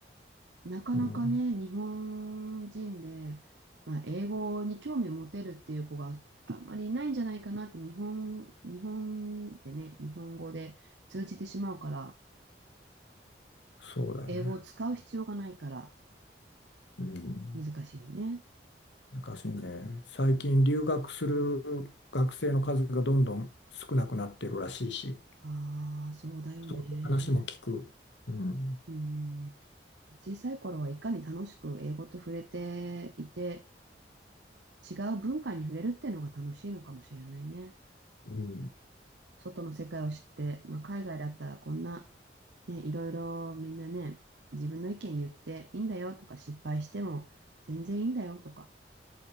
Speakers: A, on the right; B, on the left.
A: なかなかね、
B: うん、
A: 日本人で、まあ、英語に興味を持てるっていう子があんまりいないんじゃないかなって、日本、日本でね、日本語で通じてしまうから、
B: そうだよね。
A: 英語を使う必要がないから
B: うん、
A: 難しいよね。
B: 難しいね。最近留学する学生の数がどんどん少なくなってるらしいし、
A: ああ、そうだよね。
B: そういう話も聞く。うん、
A: うん。小さい頃はいかに楽しく英語と触れていて、違う文化に触れるっていうのが楽しいのかもしれないね。
B: うん、
A: 外の世界を知って、まあ、海外だったらこんなね、いろいろみんなね、自分の意見言っていいんだよとか、失敗しても全然いいんだよとか、